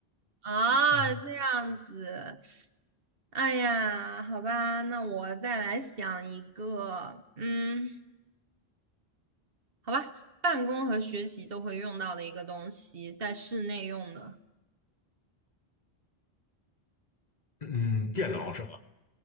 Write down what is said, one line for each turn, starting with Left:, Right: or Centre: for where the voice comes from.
Right: 啊，
Left: 嗯，
Right: 这样子，哎呀，好吧，那我再来想一个，嗯。好吧，办公和学习都会用到的一个东西，在室内用的，
Left: 嗯，电脑是吧？